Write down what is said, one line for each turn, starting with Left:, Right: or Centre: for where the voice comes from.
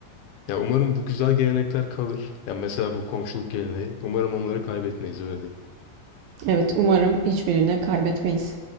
Left: Ya umarım bu güzel gelenekler kalır. Ya mesela bu komşuluk geleneği. Umarım onları kaybetmeyiz öyle diyeyim.
Right: Evet, umarım hiçbirini kaybetmeyiz.